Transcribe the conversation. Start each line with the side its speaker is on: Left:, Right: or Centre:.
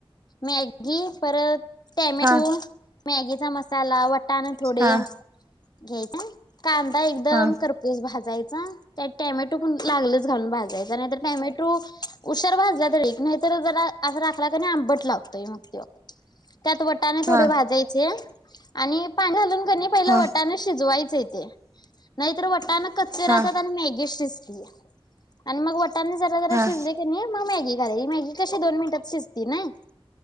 Left: मॅगी परत ट्यामॅटो
Right: हा हा
Left: मॅगीचा मसाला वट न थोडे
Right: हा
Left: घ्यायचा. कांदा एकदम
Right: हा
Left: खरपूस भाजाय. त्यात टॅमॅटो पण लागल. घालून भाजायचा नाहीतर. टोमॅटू उशार भाजला तर एक नाही तर जरा अस राखला कणी आंबट लावतोय मग तो त्यात वटाने थोडे
Right: हा
Left: भाजायचे आणि पाणी घालून. पहिल
Right: हा
Left: वटाण शिजवायचे ते नाही तर वटाण कच राहतात
Right: हा
Left: आणि मॅगी शिजते. आणि मग त्यांनी जरा जरा
Right: हा
Left: शिजले कणी मग मॅगी मॅगी घालायची मॅगी कशी दोन मिनटात शिजती नाही